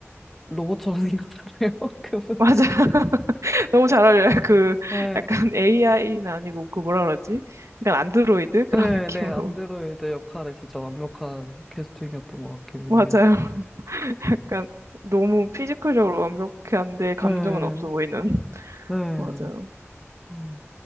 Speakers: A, in the centre; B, on the right.
A: 로봇처럼 생겼잖아요. <laughs> 그분.
B: <laughs> 맞아. <laughs> 너무 잘 어울려요. 그
A: 네.
B: 약간 AI는 아니고 그 뭐라 그러지? 약간 안드로이드 그런
A: 네,
B: 느낌으로.
A: 네. 안드로이드
B: <laughs>
A: 역할에 진짜 완벽한 캐스팅이었던 것 같기는
B: 맞아요.
A: 해요.
B: 약간 너무 피지컬적으로 완벽한데 감정은
A: 네.
B: 없어 보이는.
A: 네.
B: 맞아요.
A: 어,